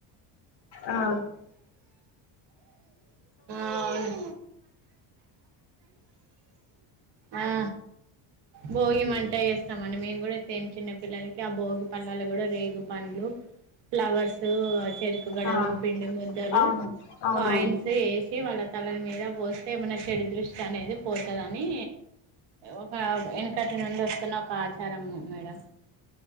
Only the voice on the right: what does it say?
అవును ఆ భోగిమంట చేస్తామండి మేం గుడ సేమ్ చిన్న పిల్లలకి ఆ భోగి పల్లాలు గుడ రేగు పండ్లు ఫ్లవర్స్ చెరుకు గడలు
పిండి ముద్దలు
కాయిన్స్ ఏసి వాళ్ళ తలల మీద పోస్తే మన చెడు దృష్టి అనేది పోతదిని ఒక వెనక నుండో వస్తున్న ఒక ఆచారము మేడం